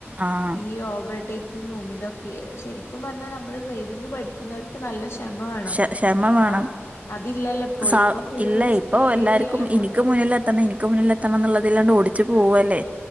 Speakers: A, on the right (about 30°); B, on the left (about 65°).
A: ആഹ്
B: ഈ ഓവൽടേക്കിങ്ങും ഇതൊക്കെയേ ശെരിക്കും പറഞ്ഞാ നമ്മള് ഡ്രൈവിംഗ് പഠിക്കുന്നോര്- ന്നല്ല ക്ഷെമ വേണം
A: ക്ഷ ക്ഷമ വേണം
B: ആഹാ അതില്ലല്ലോയിപ്പോ
A: സ
B: ഇപ്പോ ഫുള്ള്-
A: ഇല്ല
B: സ്പീഡിലല്ലേ
A: ഇപ്പൊ എല്ലാർക്കും
B: പോന്നെ
A: ഇനിക്ക് മുന്നിലെത്തണം എനി- ക്ക് മുന്നിലെത്തണം എന്നുള്ളതില്ലാണ്ട് ഓടിച്ചു പോവുവല്ലേ